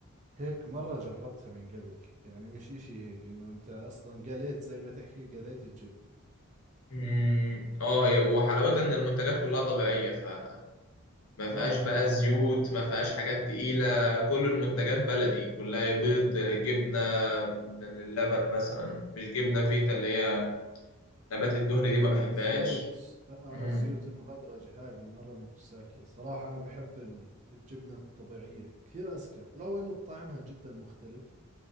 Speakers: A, on the right (about 35°); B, on the left (about 75°).
A: هيك مرة جربتها من قبل يعني مش إشي هيك إنه أنت أصلا قليت زي ما تحكي قليت الجبنة
B: مم،
A: ف...
B: اه
A: آه
B: هي وحلاوتها
A: آه
B: ان المنتجات كلها طبيعيه فما فيهاش
A: آه
B: بقى زيوت
A: آه.
B: ما فيهاش حاجات تقيله كل المنتجات بلدي كلها بيض جبنه من اللبن مثلا مش جبنه فيتا اللي هي نبات الدهن دي
A: الفي
B: ما بحبهاش
A: الزيوت آه
B: امم
A: الزيوت المهدرجة هاي بالمرة مش ساكية صراحة أنا بحب ال- الجبنة الطبيعية كثير أزكى لو إنه طعمها جدا مختلف